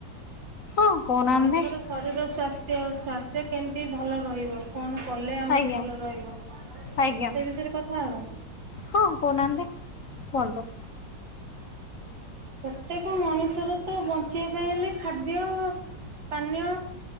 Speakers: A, on the left; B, on the right.
A: ହଁ କହୁନାହାନ୍ତି।
B: ମଣିଷର ଶରୀର ସ୍ୱାସ୍ଥ୍ୟ। ସ୍ୱାସ୍ଥ୍ୟ କେମତି ଭଲ ରହିବ? କଣ କଲେ ଆମକୁ
A: ଆଜ୍ଞା
B: ଭଲ ରହିବ। ସେ
A: ଆଜ୍ଞା
B: ବିଷୟରେ କଥା ହବା?
A: ହଁ କହୁନାହାନ୍ତି କୁହନ୍ତୁ।
B: ପ୍ରତ୍ୟେକ ମଣିଷର ତ ବଞ୍ଚିବା ପାଇଁ ହେଲେ ଖାଦ୍ୟ ଦ୍ଯ ପାନୀୟ